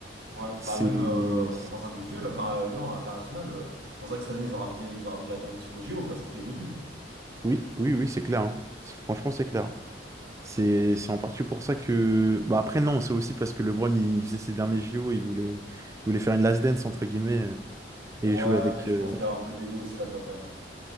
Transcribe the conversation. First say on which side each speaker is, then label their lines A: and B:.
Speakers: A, on the right; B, on the right.
A: Ouais,
B: C'est...
A: bah même euh, récompense individuelle, enfin euh, non, internationale, euh, c'est pour ça que cette année, ils ont ramené, ils ont ramené la Dream Team au JO parce qu'ils gagnaient plus.
B: Oui, oui, oui, c'est clair. hein. C'est- Franchement, c'est clair. hein. C'est c'est en partie pour ça que... Bah après, non, c'est aussi parce que LeBron, il faisait ses derniers JO, il voulait, il voulait faire une last dance, entre guillemets, euh,
A: Ouais,
B: et jouer avec...
A: mais je
B: euh,
A: pense qu'il y a un peu d'ego aussi là-dedans quand même. hein.